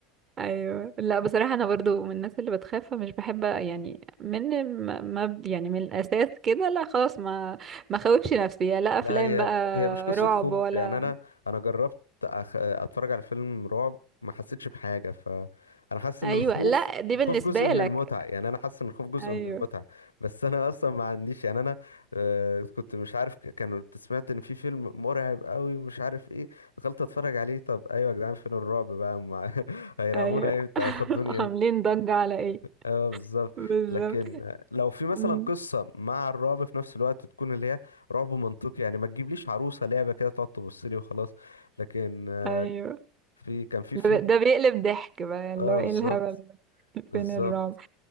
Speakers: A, on the right; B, on the left.
A: ايوه لا بصراحة انا برضو من الناس اللي بتخاف فمش بحب يعني من ما ما- يعني من الاساس كده لا خلاص ما ما خوفش نفسي يا لا
B: لا
A: افلام
B: هي
A: بقى
B: هي مش قصة
A: رعب
B: خوف
A: ولا
B: يعني أنا أنا جربت أخ... أتفرج على فيلم رعب ما حسيتش بحاجة فأنا حاسس
A: ايوه
B: إن الخوف
A: لا دي
B: الخوف
A: بالنسبة
B: جزء من
A: لك
B: المتعة يعني أنا حاسس إن الخوف جزء
A: ايوه
B: من المتعة بس أنا أصلا ما عنديش يعني أنا آه، كنت مش عارف ك- كانوا كنت سمعت إن في فيلم مرعب قوي مش عارف إيه دخلت أتفرج عليه طب أيوة يا جدعان فين الرعب بقى هم <laughs> هيرعبونا
A: ايوه
B: إمتى
A: <laughs>
B: هيخضوني
A: عاملين
B: إمتى
A: ضجة على ايه
B: اه بالظبط
A: بالظبط
B: لكن لو في مثلا
A: أمم،
B: قصه مع الرعب في نفس الوقت تكون اللي هي رعب منطقي يعني ما تجيبليش عروسه لعبه كده تقعد تبص لي وخلاص لكن آه،
A: ايوه
B: في كان في فيلم
A: ده بيقلب ضحك بقى يعني
B: اه
A: اللي هو ايه
B: بالظبط
A: الهبل ده <laughs>
B: بالظبط
A: فين الرعب